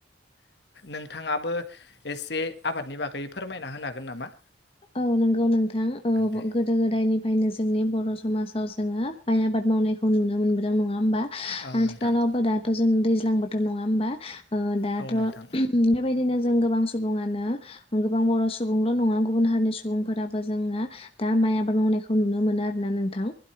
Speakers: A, on the left; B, on the left.
A: नोंथाङाबो एसे आबादनि बागै फोरमायना होनो हागोन नामा?
B: औ नंगौ नोंथां औ
A: दे
B: गोदो गोदायनिफ्रायनो जोंनि बर' समाजाव जोङो माइ आबाद मावनायखौ नुनो मोनबोदों नङा होमबा
A: औ
B: आथिखालावबो
A: नोंथां
B: दाथ' जों दैज्लांबोथोर नङा होमबा ओ दाथ'
A: औ नोंथां
B: बेबायदिनो जों गोबां सुबुङानो गोबां बर' सुबुंल' नङा गुबुन हारिनि सुबुंफोराबो जोंङा दा माइ आबाद मावनायखौ नुनो मोनो आरोना नोंथां